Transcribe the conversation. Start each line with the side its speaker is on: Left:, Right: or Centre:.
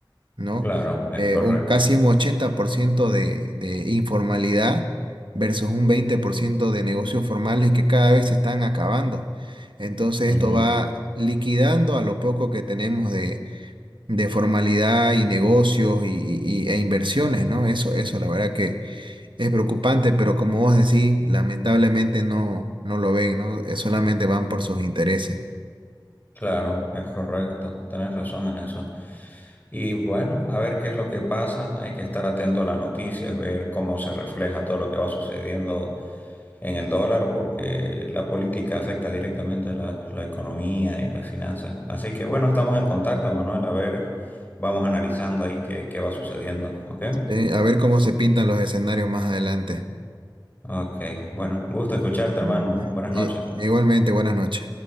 Right: ¿no?
Left: Claro, es
Right: Eh,
Left: correcto.
Right: un, casi un 80% de, de informalidad versus un 20% de negocios formales que cada vez se están acabando. Entonces
Left: Ujú,
Right: esto va liquidando a lo poco que tenemos de, de formalidad y negocios y, y- y- e inversiones, ¿no? Eso, eso la verdad que es preocupante, pero como vos decís, lamentablemente no, no lo ven, ¿no? Eh, Solamente van por sus intereses.
Left: Claro, es correcto. Tenés razón en eso. Y bueno, a ver qué es lo que pasa. Hay que estar atento a las noticias, ver cómo se refleja todo lo que va sucediendo en el dólar, porque la política afecta directamente a la, la economía y las finanzas. Así que bueno, estamos en contacto, Manuel. A ver, vamos analizando ahí qué, qué va sucediendo. ¿Ok?
Right: Eh, a ver cómo se pintan los escenarios más adelante.
Left: Ok. Bueno, gusto escucharte, hermano.
Right: Mm.
Left: Buenas
Right: Eh,
Left: noches.
Right: igualmente, buenas noches.